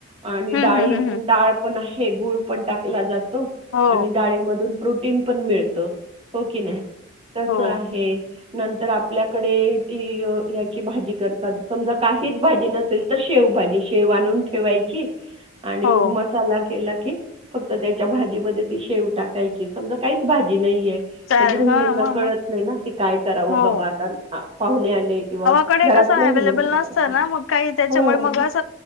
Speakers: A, on the right (about 30°); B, on the left (about 85°).
A: आणि
B: हम्म
A: डाळी
B: हम्म हम्म हम्म
A: डाळ पण आहे. गुळ पण टाकला जात - -तो
B: हो
A: आणि डाळीमधून प्रोटीन पण मिळत. हो की नाही? तस
B: हो
A: आहे. नंतर आपल्याकडे ती याची भाजी करतात. समजा काहीच भाजी नसेल - तर शेवभाजी. शेव आणून ठेवायची - आणि मग
B: हो
A: मसाला केला की फक्त त्याच्या भाजीमध्ये - ती शेव टाकायची. समजा काहीच भाजी नाहीये-
B: चालेल
A: तर गृहिणींना
B: हा मग
A: कळत
B: मग
A: नाही ना की काय करावं
B: हो
A: बाबा आपण. आता पाहुणे आले किंवा-
B: -डे
A: घरातल्याही
B: कस अवलेबल
A: लोकांसाठी.
B: नसत ना? मग काही त्याच्यामुळे
A: हो.
B: मग- अस